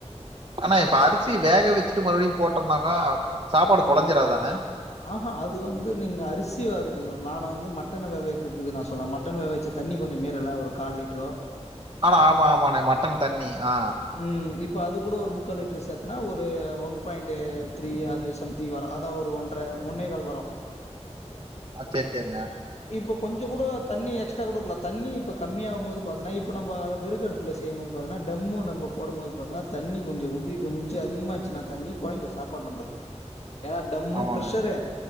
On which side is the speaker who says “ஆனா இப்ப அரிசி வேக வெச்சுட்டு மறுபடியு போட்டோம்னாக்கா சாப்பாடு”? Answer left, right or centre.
Right